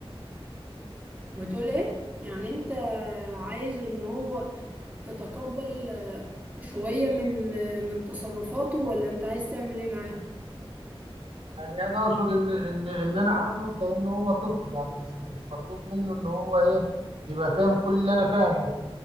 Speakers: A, on the right; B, on the right.
A: بتقول ايه يعني انت عايز ان هو تتقبل آه، شوية من آه، من تصرفاته ولا انت عايز تعمل ايه معاه
B: يعني انا اقصد ان ان ان انا عامله كانه هو طفل يعني مش مش مطلوب منه ان هو ايه يبقى فاهم كل اللي انا فاهمه